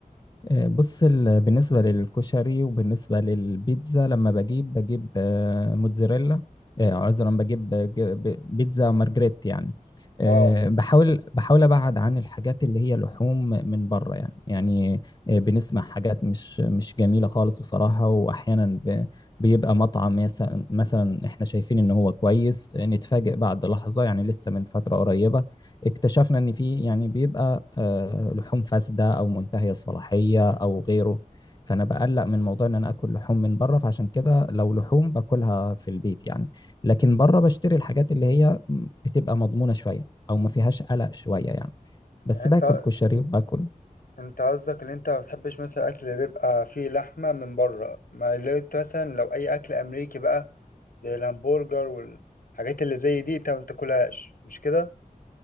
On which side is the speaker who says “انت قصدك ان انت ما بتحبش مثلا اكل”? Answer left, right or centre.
Left